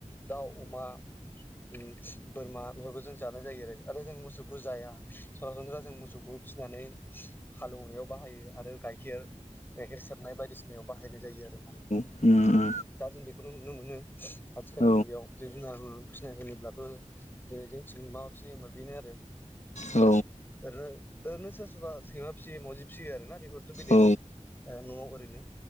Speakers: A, on the left; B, on the left.
A: दाउ अमा ओम बोरमा बेफोरखौ जों जानाय जायो आरो आरो जों मोसौखौ जाया सरासनस्रा जों मोसौखौ फिसिनानै हालौवनायाव बाहायो आरो गाइखेर गाइखेर सेरनाय बायदिसिनायाव बाहायनाय जायो आरो ना
B: औ
A: दा जों बेखौनो नुनो मोनो आथिखालनि
B: औ
A: मुगायाव जब जुनार फिनाय होनोब्लाथ' जेरै जोंथिं मा मा फियो होनबा बेनो आरो
B: औ
A: ओरैनो ओरैनो सोर सोरबा सैमा फिसियो माउजि फिसियो आरोना बेफोरथ' बेलेग
B: औ
A: ओ न'आव ओरैनो